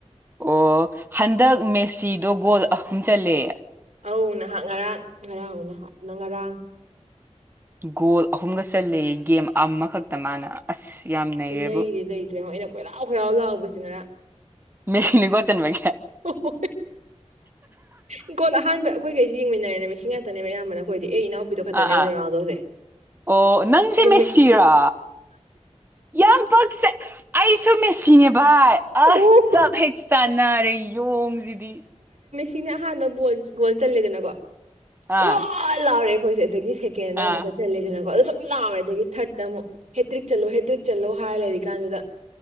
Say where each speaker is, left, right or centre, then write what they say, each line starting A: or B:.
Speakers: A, on the right; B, on the right.
A: ꯑꯣ ꯍꯟꯗꯛ ꯃꯦꯁꯤꯗꯣ ꯒꯣꯜ ꯑꯍꯨꯝ ꯆꯜꯂꯦ
B: ꯑ ꯅꯍꯥꯛ ꯉꯔꯥꯡ ꯉꯔꯥꯡ ꯅꯍꯥꯛꯅ ꯉꯔꯥꯡ
A: ꯒꯣꯜ ꯑꯍꯨꯝꯒ ꯆꯂ ꯒꯦꯝ ꯑꯃꯈꯛꯇ ꯃꯥꯅ ꯑꯁ ꯌꯥꯝ ꯅꯩꯔꯦꯕꯨ
B: ꯄꯨꯅꯩꯗꯤ ꯂꯩꯇ꯭ꯔꯦꯉꯣ ꯑꯩꯅ ꯀꯣꯏꯂꯥꯎ ꯈꯣꯏꯔꯥꯎ ꯂꯥꯎꯕꯁꯤ ꯉꯔ
A: ꯃꯦꯁꯅꯤꯒꯣꯆꯟꯕ
B: ꯑꯣ ꯏꯪꯀꯣꯜ ꯑꯍꯥꯟꯕ ꯑꯩꯈꯣꯏ ꯀꯩꯁꯤ ꯌꯦꯡꯃꯤꯟꯅꯔꯦꯅꯦ ꯃꯤꯁꯤꯡ ꯉꯥꯛꯇꯅꯦꯕꯌꯥꯝꯕꯅ ꯑꯩꯈꯣꯏꯗꯤ ꯑꯩ ꯏꯅꯥꯎꯄꯤꯗꯣ ꯈꯛꯇꯅꯦꯕ
A: ꯑ ꯑ
B: ꯔꯣꯅꯥꯜꯗꯣꯁꯦ
A: ꯑꯣ ꯅꯪꯁꯦ
B: ꯑꯗꯨꯝ
A: ꯃꯁꯤꯔ ꯌꯥ ꯑꯩꯁꯨ ꯃꯦ ꯁꯤꯉ ꯕꯥꯏ ꯑꯕ
B: ꯑꯣ
A: ꯍꯦꯆ ꯆꯥꯟ ꯔꯦ ꯌꯣꯡꯁꯤꯗꯤ
B: ꯁꯤꯅ ꯑꯍꯥꯟꯕ ꯣ ꯒꯣꯜ ꯆꯜꯂꯦꯗꯅꯀꯣ
A: ꯑꯥ
B: ꯑꯣ ꯑꯜꯥꯔ ꯍꯣꯏꯁꯦ ꯑꯗꯒꯤ ꯊꯦꯅ
A: ꯑꯥ
B: ꯑꯃꯨꯀ ꯆꯠꯂꯗꯅ ꯀ ꯂꯥꯎꯔꯦ ꯑꯗꯒꯤ ꯊꯥꯔꯠꯇ ꯑꯃꯨꯛ ꯍꯦꯛꯇ꯭ꯔꯤꯛ ꯆꯠꯂꯨ ꯍꯦꯇ꯭ꯔꯤꯛ ꯆꯠꯂꯨ ꯍꯥꯏꯔ ꯂꯩꯔꯤꯀꯥꯟꯗꯨꯗ